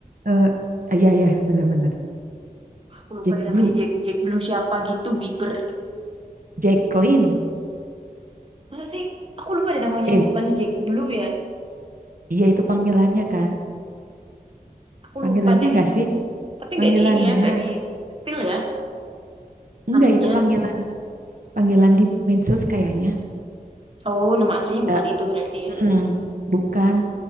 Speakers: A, on the right; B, on the right.
A: eh, iya iya benar-benar.
B: Aku lupa
A: Jack
B: deh
A: Blue,
B: namanya Jack Jack Blue siapa gitu Bieber.
A: Jacqueline.
B: Masa sih? Aku lupa deh namanya,
A: Eh,
B: bukannya Jack Blue ya.
A: iya itu panggilannya kan?
B: Aku
A: Panggilannya
B: lupa deh.
A: enggak sih?
B: Tapi
A: Panggilannya.
B: nggak di ini ya, nggak di spill ya
A: Enggak,
B: anaknya.
A: itu panggilan panggilan di medsos kayaknya.
B: Oh, nama aslinya bukan
A: Eh,
B: itu berarti ya.
A: mm-mm, bukan